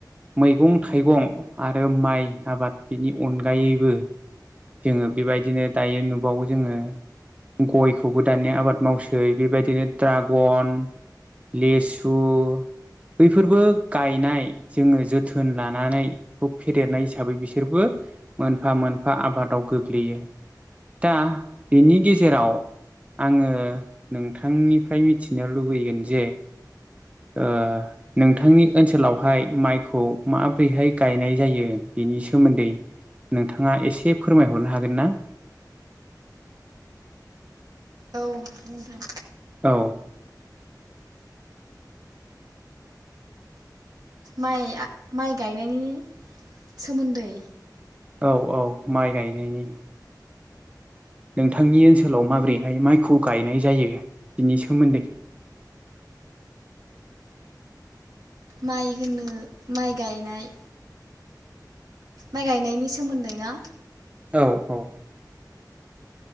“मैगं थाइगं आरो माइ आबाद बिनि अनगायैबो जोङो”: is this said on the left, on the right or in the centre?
Right